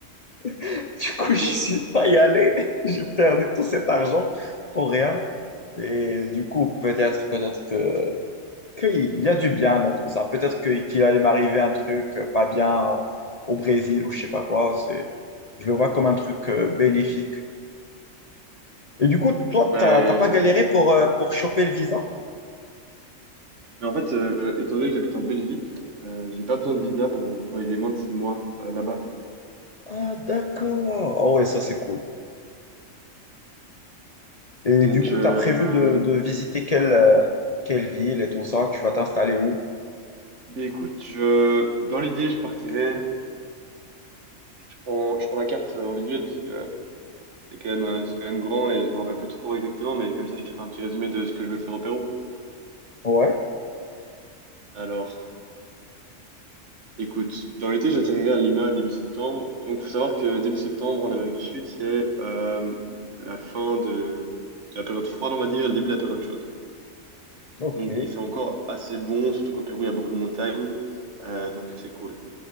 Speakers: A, on the left; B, on the right.
A: <laughs> Du coup,
B: Ok.
A: je suis pas y allé. <laughs> J'ai perdu tout cet argent pour rien. Et du coup, peut-être, peut-être que qu'il y a du bien dans tout ça. Peut-être que- qu'il allait m'arriver un truc euh, pas bien en- au Brésil ou je sais pas quoi. C'est, je le vois comme un truc euh, bénéfique. Et du coup, toi,
B: Ouais.
A: t'as t'as pas galéré pour, euh, pour choper le visa?
B: mais en fait, euh, étant donné que j'habite en Belgique, euh, j'ai pas besoin de visa pour voyager moins de 6 mois euh, là-bas.
A: Ah, d'accord. Ah ouais, ça c'est cool. Et
B: Donc,
A: du coup,
B: euh,
A: tu as prévu de, de visiter quelle, euh, quelle ville et tout ça? Tu vas t'installer où?
B: Mais écoute, je, dans l'idée, je partirais. Je prends, je prends la carte euh, en visuel parce que euh, c'est quand même, euh, c'est quand même grand et je me rappelle plus trop exactement, mais comme ça, je te fais un petit résumé de ce que je veux faire au Pérou.
A: Ouais,
B: Alors, écoute, dans l'idée, j'atterrirai à Lima début septembre. Donc, faut savoir que début septembre en Amérique du Sud, c'est euh, la fin de, de la période froide, on va dire, et le début de la période chaude.
A: ok.
B: Donc, il fait encore assez bon, surtout qu'au Pérou, il y a beaucoup de montagnes, euh, donc c'est cool.